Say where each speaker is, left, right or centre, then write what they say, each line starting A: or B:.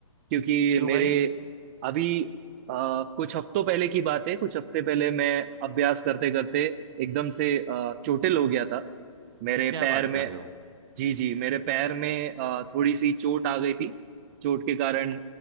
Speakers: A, on the right; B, on the right.
A: क्योंकि
B: क्यों
A: मेरे
B: भाई
A: अभी आ, कुछ हफ्तों पहले की बात है कुछ हफ्ते पहले मैं अभ्यास करते करते एकदम से आ, चोटिल हो गया था मेरे
B: क्या
A: पैर
B: बात कर
A: में
B: रहे हो
A: जी जी मेरे पैर में आ, थोड़ी सी चोट आ गई थी चोट के कारण